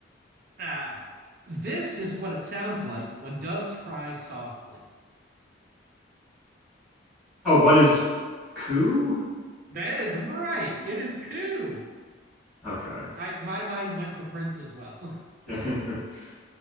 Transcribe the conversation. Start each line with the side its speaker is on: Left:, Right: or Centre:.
Right: uh, this is what it sounds like when doves cry softly.
Centre: Oh, what is coup?
Right: That is right. It is coo.
Centre: Okay.
Right: I my mind went to Prince as well.
Centre: <laughs>